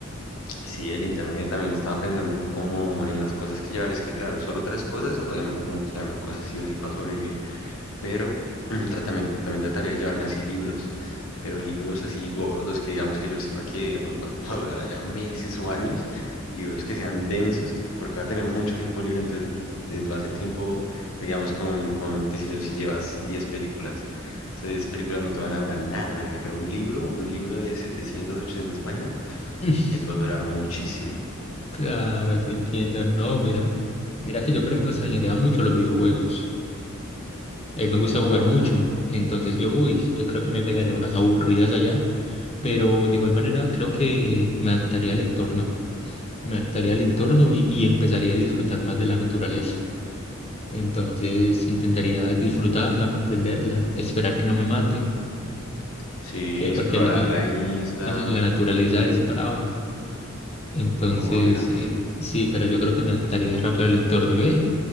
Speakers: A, on the left; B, on the left.
A: sí, el internet también estaba pensando ahí como en las cosas que llevar. Es que, claro, solo tres cosas, obviamente tengo que llevarme cosas sí o sí para sobrevivir. pero mm, tratami- también, también trataría de llevarme así libros, pero libros así gordos que digamos que yo sepa que digamos va, <laughs> va a durar allá meses o años, libros que sean densos, porque va a tener mucho tiempo libre, entonces eh, va a ser tiempo, digamos, con, con qué sé yo, si llevas 10 películas. Esas 10 películas no te van a durar nada, marica, pero un libro, un libro de 700, 800 páginas,
B: <laughs>
A: te puede durar muchísimo.
B: Claro, te entiendo. No, mira, mira que yo, por ejemplo, extrañaría mucho los videojuegos. A mí me gusta
A: Esa
B: jugar
A: es otra.
B: mucho. Y entonces yo, uy, yo creo que me pegaré unas aburridas allá. Pero de igual manera creo que me adaptaría al entorno. Me adaptaría al entorno y, y empezaría a disfrutar más de la naturaleza. Entonces intentaría disfrutarla, comprenderla, esperar que no me mate.
A: Sí,
B: Que porque
A: explorar
B: la, la-
A: la isla,
B: la- la naturaleza es brava. Entonces
A: obvio.
B: sí, sí, pero yo creo que me adaptaría rápido al entorno y ve.